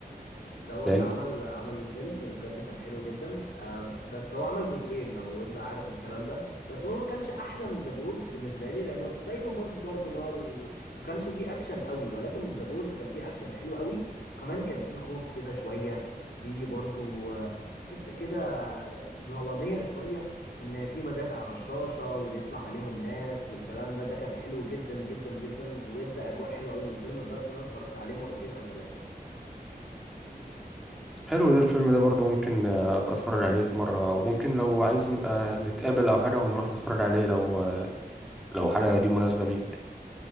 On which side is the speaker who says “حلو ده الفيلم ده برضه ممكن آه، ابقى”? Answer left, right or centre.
Centre